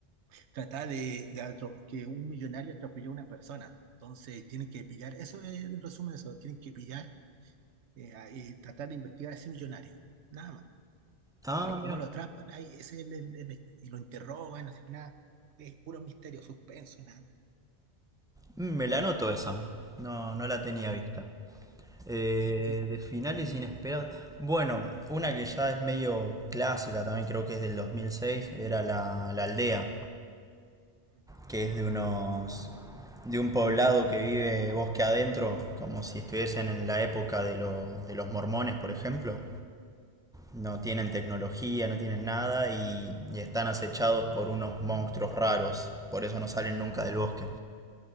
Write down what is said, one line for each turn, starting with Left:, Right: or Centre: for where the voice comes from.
Right: tratar de, de atro- que un millonario atropelló a una persona. Entonces tienen que pillar, eso es el resumen de eso, tienen que pillar eh, a- y tratar de investigar a ese millonario, nada más.
Centre: Ah,
Right: Pero
Centre: mira,
Right: cómo lo atrapan, ahí ese es el, el- el este, y lo interrogan, así nada, es puro misterio, suspenso, nada más.
Centre: Mm, me la noto esa. No, no la tenía
Right: Bueno,
Centre: vista. Eh,
Right: y
Centre: de finales inesperados. Bueno, una que ya es medio clásica también, creo que es del 2006, era la, la aldea.
Right: mm,
Centre: que es de unos
Right: mm,
Centre: de un poblado que vive bosque adentro, como si estuviesen en la época de, lo- de los mormones, por ejemplo. No tienen tecnología, no tienen nada y, y están acechados por unos monstruos raros. Por eso no salen nunca del bosque.